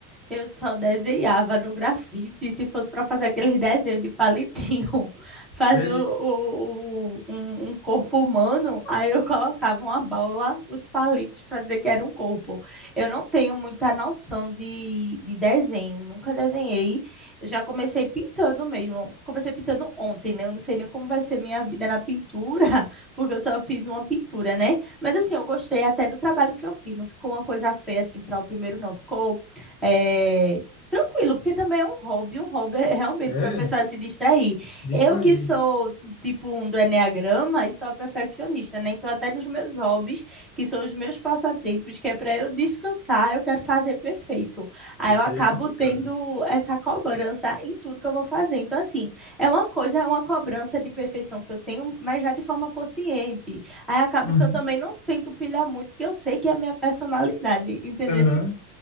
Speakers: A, in the centre; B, on the left.
A: Eu só desenhava no grafite, se fosse para fazer aqueles desenhos de palitinho, <laughs> fazia
B: É,
A: o, o- o- um, um corpo humano, aí eu colocava uma bola, os palitos, para dizer que era um corpo. Eu não tenho muita noção de, de desenho, nunca desenhei. Eu já comecei pintando mesmo. Comecei pintando ontem, né? Eu não sei nem como vai ser minha vida na pintura, <laughs> porque eu só fiz uma pintura, né? Mas assim, eu gostei até do trabalho que eu fiz, não ficou uma coisa feia assim para o primeiro, não. Ficou é, tranquilo, porque também é um hobby, um hobby é realmente
B: é,
A: para a pessoa se distrair.
B: distrair.
A: Eu que sou tipo um do enneagrama e sou a perfeccionista, né? Então até nos meus hobbies, que são os meus passatempos, que é para eu descansar, eu quero fazer perfeito. Aí
B: Eita,
A: eu acabo
B: aí é complicado.
A: tendo essa cobrança em tudo que eu vou fazer. Então assim, é uma coisa, é uma cobrança de perfeição que eu tenho, mas já de forma consciente. Aí acabo
B: Uhum.
A: que eu também não tento pilhar muito, porque eu sei que é a minha personalidade, entendeu?
B: Aham.